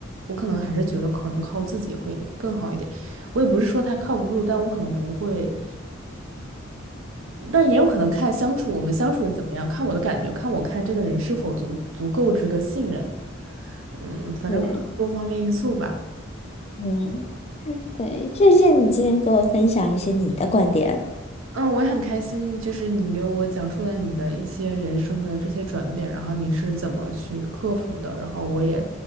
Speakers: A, on the right (about 75°); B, on the left (about 30°).
A: 我可能还是觉得可能靠自己会更好一点。我也不是说他靠不住，但我可能不会，但也有可能看相处我们相处的怎么样，看我的感觉，看我看这个人是否足足够值得信任，嗯，反正可能多方面因素吧。
B: 对。嗯，对，谢谢你今天给我分享一些你的观点。
A: 嗯，我也很开心，就是你给我讲述了你的一些人生的这些转变，然后你是怎么去克服的，然后我也，